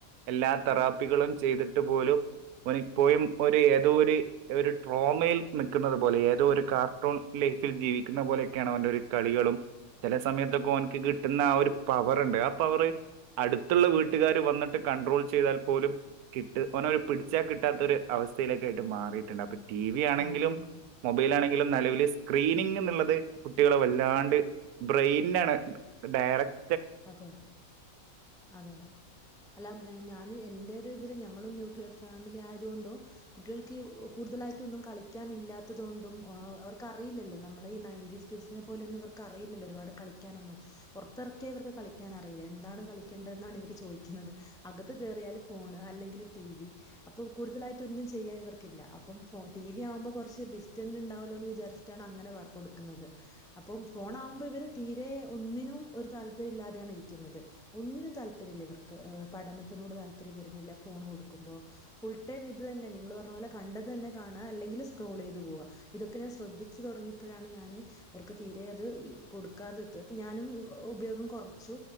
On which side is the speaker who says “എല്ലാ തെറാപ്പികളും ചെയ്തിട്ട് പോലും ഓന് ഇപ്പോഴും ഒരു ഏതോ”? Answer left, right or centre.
Right